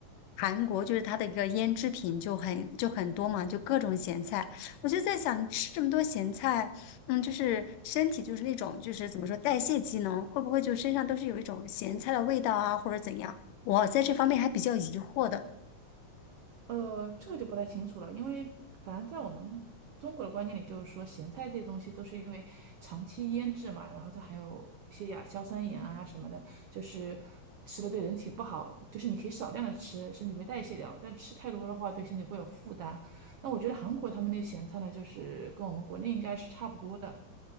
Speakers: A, on the left; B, on the right.
A: 韩国就是它的一个腌制品就很就很多嘛，就各种咸菜。我就在想，你吃这么多咸菜，嗯，就是身体就是那种就是怎么说代谢机能会不会就身上都是有一种咸菜的味道啊，或者怎样？我在这方面还比较疑惑的。
B: 呃，这个就不太清楚了，因为反正在我们中国的观念里，就是说咸菜这些东西都是因为长期腌制嘛，然后它含有一些亚硝酸盐啊什么的，就是吃了对人体不好，就是你可以少量的吃，身体会代谢掉，但吃太多的话对身体会有负担。那我觉得韩国他们那咸菜呢，就是跟我们国内应该是差不多的，